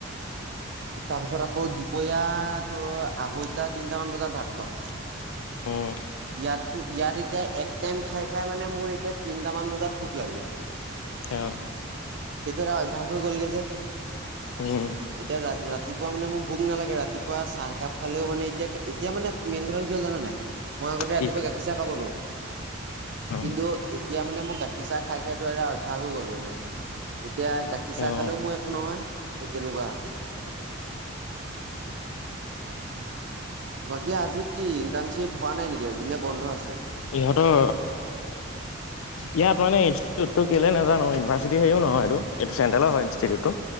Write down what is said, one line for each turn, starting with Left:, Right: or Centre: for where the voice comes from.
Right: তাৰ পিছত আকৌ দুপৰীয়া তোৰ আঢ়ৈটা তিনটামান বজাত ভাত খাও
Left: হম
Right: ইয়াততো ইয়াত এতিয়া এক টাইম খাই খাই মানে মোৰ এতিয়া তিনটামান বজাত ভোক লাগে
Left: অ
Right: সেইটো এটা অভ্যাস হৈ গ'লগে যে
Left: হম
Right: এতিয়া ৰাতিপুৱা মানে মোৰ ভোক নালাগে ৰাতিপুৱা চাহ একাপ খালেও মানে এতিয়া এতিয়া মানে মেইন কথাটো কি হ'ল জানা নাই মই আগতে ৰাতিপুৱা
Left: কি
Right: গাখীৰ চাহ খাব নোৱাও
Left: অ',
Right: কিন্তু এতিয়া মানে মোক গাখীৰ চাহ খাই খাই এটা অভ্যাস হৈ গ'ল মানে এতিয়া গাখীৰ চাহ
Left: অ',
Right: খালেও
Left: অ'।
Right: মোৰ একো নহয় তেনেকোৱা বাকী আজি কি ইণ্টাৰ্ণশ্বিপ হোৱা নাই নেকি আজি নে বন্ধ আছে
Left: ইহঁতৰ ইয়াত মানে ইনষ্টিটিউট টো কেলে নাজানো ইউনিভাৰ্চিটি হেও নহয় এইটো চেণ্টেলৰ হয় ইনষ্টিটিউটটো